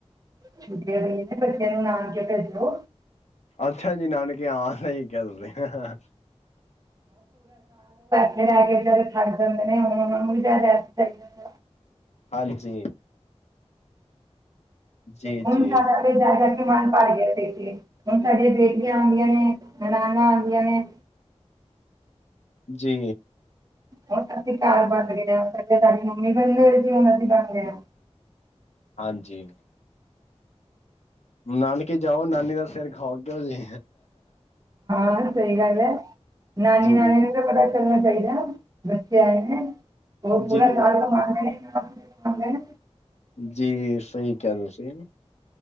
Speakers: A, on the right; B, on the left.
A: ਛੁੱਟੀਆਂ ਪਈਆਂ ਨੇ ਬੱਚਿਆਂ <inaudible>
B: ਅੱਛਾ ਜੀ ਨਾਨਕ। ਕਿਆ ਸਹੀ ਕਿਹਾ ਤੁ
A: ਜਿਹੜੇ ਰੈ ਕੇ ਵਿਚਾਰੇ ਛੱਡ ਦਿੰਦੇ ਨੇ ਹੁਣ ਉਹਨਾਂ ਨੂੰ ਜ਼ਿਆਦਾ ਥੋੜ੍ਹਾ।
B: ਹਾਂਜੀ। ਜੀ
A: ਹੁਣ
B: ਜੀ
A: ਜਾ ਕੇ ਲਿਆ ਮਨ ਭਰ ਗਿਆ ਦੇਖ ਕੇ ਹੁਣ ਸਾਡੀਆਂ ਬੇਟੀਆਂ ਆਉਂਦੀਆਂ ਨੇ, ਨਨਾਨਾ ਆਉਂਦੀਆਂ ਨੇ।
B: ਜੀ।
A: ਉਹ ਅਸੀਂ ਘਰ ਬਦ ਗਿਆ ਪਹਿਲੇ ਸਾਡੀ ਮੰਮੀ ਬਣ ਗਏ ਸੀ ਹੁਣ ਅਸੀਂ ਬਣ ਗਏ ਆ।
B: ਹਾਂਜੀ‍‌‍। ਨਾਨਕ- ਕੇ ਜਾਓ। ਨਾਨੀ ਦਾ ਸਿਰ ਖਾਓ ਕਿਉ ਜੀ,
A: ਹਾਂ ਸਹੀ ਗੱਲ ਹੈ ਨਾਨੀ ਨਾਨੇ
B: ਦੀ।
A: ਨੂੰ ਤਾਂ ਪਤਾ ਚੱਲਣਾ ਚਾਹੀਦਾ, ਬੱਚੇ ਆਏ ਨੇ। ਉਹ
B: ਜੀ
A: ਪੂਰਾ ਸਾਲ ਤੋਂ ਮਾਰਦੇ ਨੇ। <inaudible>
B: ਜੀ। ਸਹੀ ਕਿਹਾ ਤੁਸੀਂ